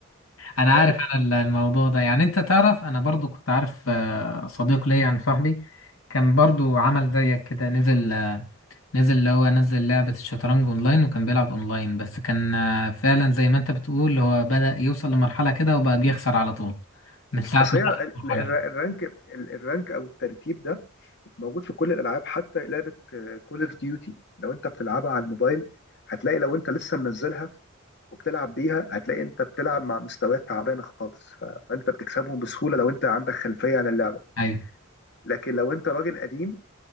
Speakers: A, on the left; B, on the left.
A: انا
B: اه
A: عارف انا الموضوع ده يعني انت تعرف انا برضو كنت عارف آه، صديق ليا يعني صاحبي كان برضو عمل زيك كده نزل آه، نزل اللي هو نزل لعبة الشطرنج اونلاين وكان بيلعب اونلاين بس كان آه، فعلا زي ما انت بتقول هو بدأ يوصل لمرحلة كده وبقى بيخسر على طول من ساعة
B: اصل
A: ما
B: هي
A: دخل
B: ال-
A: المرحلة
B: ال-
A: دي
B: الرانك ال- الرانك او الترتيب ده موجود في كل الالعاب حتى لعبه كول اوف ديوتي لو انت بتلعبها على الموبايل هتلاقي لو انت لسه منزلها وبتلعب بيها هتلاقي انت بتلعب مع مستويات تعبانه خالص ف... فانت بتكسبهم بسهوله لو انت عندك خلفيه عن اللعبه
A: ايوه
B: لكن لو انت راجل قديم